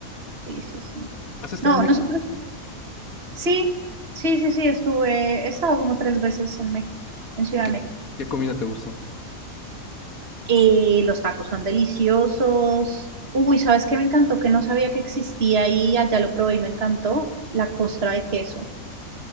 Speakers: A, on the right; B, on the left.
A: Sí, sí, sí.
B: ¿Has estado
A: No,
B: en México?
A: nosotros, sí, sí, sí, sí, estuve, he estado como tres veces en México, en Ciudad
B: ¿Y qué,
A: de México.
B: qué comida te gustó?
A: Eh, los tacos son deliciosos. Uy, ¿sabes qué me encantó? Que no sabía que existía y allá lo probé y me encantó. La costra de queso.